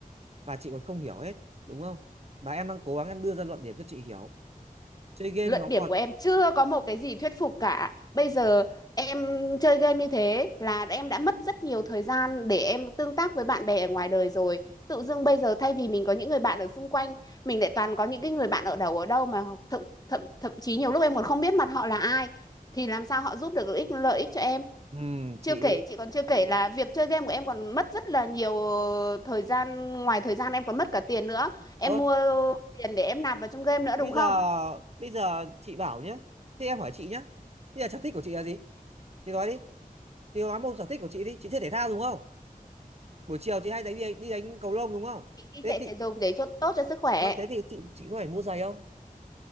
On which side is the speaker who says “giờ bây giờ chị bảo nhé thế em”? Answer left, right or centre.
Right